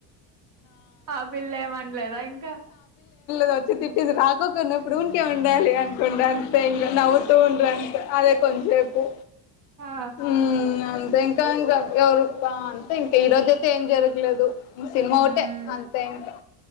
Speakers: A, on the right; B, on the left.
A: ఆ పిల్ల ఏమనలేదా ఇంకా
B: ల తిట్టింది రాకున్నప్పుడు ఉకే ఉండాలి అనుకుంతా ఇంకా నవ్వుతూ ఉండ్ర అంట అ కొంచెపు
A: ఆ
B: ఉమ్మ్ అంతే ఇం తొంగ ఎవరప్పా అంటే ఇంకా ఈరోజు అయితే ఏం జరగ లేదు సినిమా
A: మ్మ్
B: ఒకటే అంతే ఇంకా